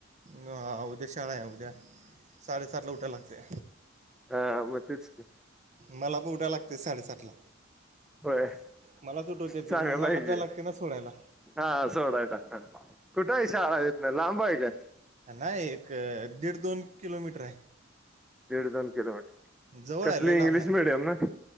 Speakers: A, on the right; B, in the centre.
A: ह उद्या शाळा आहे, उद्या साडेसातला उठायला लागतेय.
B: हा म तेच की.
A: मला पण उठाय लागते साडेसातला.
B: होय
A: मलाच उठवते ती
B: चांगलंय
A: मला जायला
B: कि.
A: लागते ना सोडायला
B: हा सोडायला हा कुठ आहे शाळा ईथन लांब आहे का?
A: ना एक दीड दोन किलोमीटर आहे.
B: दीड दोन किलोमीटर,
A: जवळ
B: कसली
A: आहे लय लांब
B: इंग्लिश
A: नाही
B: मिडियम ना?